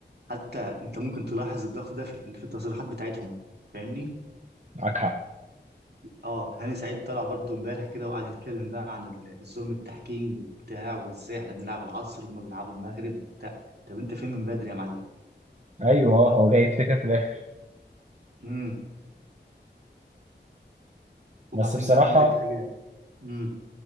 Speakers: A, on the right; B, on the right.
A: حتى انت ممكن تلاحظ الضغط ده في في التصريحات بتاعتهم فاهمني
B: معاك حق
A: اه هاني سعيد طلع برضو امبارح كده وقعد يتكلم بقى عن ال- الظلم التحكيم وبتاع وازاي احنا بنلعب العصر وهما بيلعبوا المغرب وبتاع طب انت فين من بدري يا معلم
B: ايوه هو جاي يفتكر في الاخر
A: امم وبعدين
B: بس بصراحه
A: بقى عندك حاجه امم